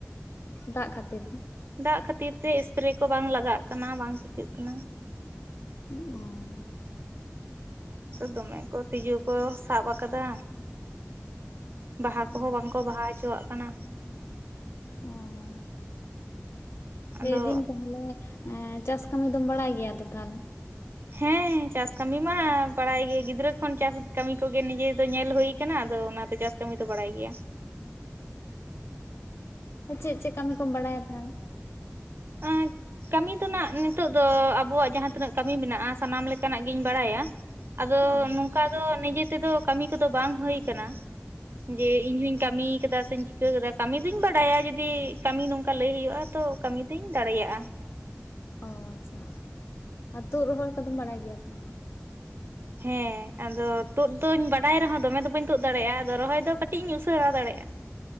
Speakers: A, on the left; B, on the right.
A: ᱫᱟᱜ ᱠᱷᱟᱹᱛᱤᱨ
B: ᱫᱟᱜ ᱠᱷᱟᱹᱛᱤᱨ ᱛᱮ ᱥᱯᱨᱮ ᱠᱚ ᱵᱟᱝ ᱞᱟᱜᱟᱜ ᱠᱟᱱᱟ ᱵᱟᱝ ᱪᱤᱠᱟᱹᱜ ᱠᱟᱱᱟ
A: ᱚ
B: ᱫᱚᱢᱮ ᱠᱚ ᱛᱤᱡᱩ ᱠᱚ ᱥᱟᱵ ᱟᱠᱟᱫᱟ ᱵᱟᱦᱟ ᱠᱚᱦᱚᱸ
A: ᱚ
B: ᱵᱟᱝ ᱠᱚ ᱵᱟᱦᱟ ᱦᱚᱪᱚᱣᱟᱜ ᱠᱟᱱᱟ᱾
A: ᱚᱻ
B: ᱟᱫᱚ
A: ᱞᱟᱹᱭᱫᱟᱹᱧ ᱛᱟᱦᱚᱞᱮ ᱪᱟᱥ ᱠᱟᱹᱢᱤ ᱫᱚᱢ ᱵᱟᱲᱟᱭ ᱜᱮᱭᱟ ᱛᱚ ᱛᱟᱦᱚᱞᱮ
B: ᱦᱮᱸ ᱪᱟᱥ ᱠᱟᱹᱢᱤ ᱢᱟ ᱵᱟᱲᱟᱭ ᱜᱮ ᱜᱤᱫᱽᱨᱟᱹ ᱠᱷᱚᱱ ᱪᱟᱥ ᱠᱟᱹᱢᱤ ᱠᱚᱜᱮ ᱱᱤᱡᱮ ᱫᱚ ᱧᱮᱞ ᱦᱩᱭ ᱠᱟᱱᱟ ᱟᱫᱚ ᱚᱱᱟᱛᱮ ᱪᱟᱥ ᱠᱟᱹᱢᱤ ᱫᱚ ᱵᱟᱲᱟᱭ ᱜᱮᱭᱟ᱾
A: ᱚ ᱪᱮᱫ ᱪᱮᱫ ᱠᱟᱹᱢᱤ ᱠᱚᱢ ᱵᱟᱲᱟᱭᱟ ᱛᱟᱦᱚᱞᱮ <inaudible>
B: ᱮᱸ ᱠᱟᱹᱢᱤ ᱫᱚ ᱱᱟᱜ ᱱᱤᱛᱚᱜ ᱫᱚ ᱟᱵᱚᱣᱟᱜ ᱡᱟᱦᱟᱸ ᱛᱤᱱᱟᱹᱜ ᱠᱟᱹᱢᱤ ᱢᱮᱱᱟᱜᱼᱟ ᱥᱟᱱᱟᱢ ᱞᱮᱠᱟᱱᱟᱜ ᱜᱤᱧ ᱵᱟᱲᱟᱭᱟ᱾ ᱟᱫᱚ
A: ᱚ
B: ᱱᱚᱝᱠᱟ ᱫᱚ ᱱᱤᱡᱮ ᱛᱮᱫᱚ ᱠᱟᱹᱢᱤ ᱠᱚᱫᱚ ᱵᱟᱝ ᱦᱩᱭ ᱟᱠᱟᱱᱟ᱾ ᱡᱮ ᱤᱧ ᱦᱩᱧ ᱠᱟᱹᱢᱤ ᱠᱟᱫᱟ ᱥᱮᱧ ᱪᱤᱠᱟᱹ ᱠᱟᱫᱟ ᱠᱟᱹᱢᱤ ᱫᱩᱧ ᱵᱟᱲᱟᱭᱟ ᱡᱩᱫᱤ ᱠᱟᱹᱢᱤ ᱱᱚᱝᱠᱟ ᱞᱟᱹᱭ ᱦᱩᱭᱩᱜᱼᱟ ᱛᱚ ᱠᱟᱹᱢᱤ ᱫᱚᱧ ᱫᱟᱲᱮᱭᱟᱜᱼᱟ᱾
A: ᱚ ᱟᱪᱪᱷᱟ ᱟᱨ ᱛᱩᱫ ᱨᱚᱦᱚᱭ ᱠᱚᱫᱚᱢ ᱵᱟᱲᱟᱭ ᱜᱮᱭᱟ ᱥᱮ ᱵᱟᱝ?
B: ᱦᱮᱸ ᱟᱫᱚ ᱛᱩᱫ ᱫᱚᱧ ᱵᱟᱰᱟᱭ ᱨᱮᱦᱚᱸ ᱫᱚᱢᱮ ᱫᱚ ᱵᱟᱹᱧ ᱛᱩᱫ ᱫᱟᱲᱮᱭᱟᱜᱼᱟ ᱟᱫᱚ ᱨᱚᱦᱚᱭ ᱫᱚ ᱠᱟᱹᱴᱤᱡ ᱤᱧ ᱩᱥᱟᱹᱨᱟ ᱫᱟᱲᱮᱭᱟᱜᱼᱟ᱾